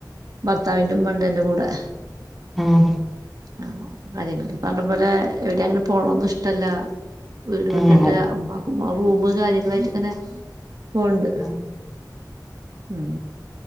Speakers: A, on the right; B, in the centre.
A: ഭർത്താവിന്റെ ഉമ്മണ്ട് എന്റെ കൂടെ
B: ആഹ്
A: ആഹ് കാര്യങ്ങൾ ഈ പറഞ്ഞ പോലെ എവിടെ അങ്ങനെ പോണോന്നും ഇഷ്ടല്ല വീട് വിട്ടിട്ട്
B: ആഹ്
A: ഉമ്മാക്കും റൂമ് കാര്യങ്ങളായിട്ട് ഇങ്ങനെ പോവ്ണ്ട്
B: ആഹ്
A: ഉം